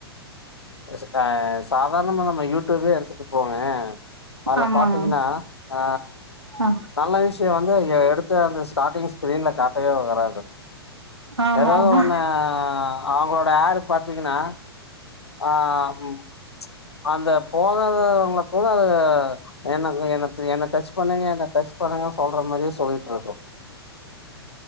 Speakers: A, on the left; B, on the right.
A: ஸ் க அ சாதாரணமா நம்ம யூடியூபே எடுத்துட்டு போங்க அதுல
B: ஆமாங்க
A: பாத்தீங்கன்னா ஆ
B: ஆ
A: நல்ல விஷயோ வந் எடுத்து அந்த ஸ்டார்டிங் ஸ்க்ரீன்ல காட்டவே வராது
B: ஆமா
A: ஏதாவது
B: ஆமா
A: ஒன்னு அவுங்களோட ஆடு பாத்தீங்கன்னா ஆ உம் அந்த போகாதவங்கள கூட அது என்ன இவுங்க என்னத் என்ன டச் பண்ணுங்க என்ன டச் பண்ணுங்க சொல்ற மாரியே சொல்லிட்ருக்கோ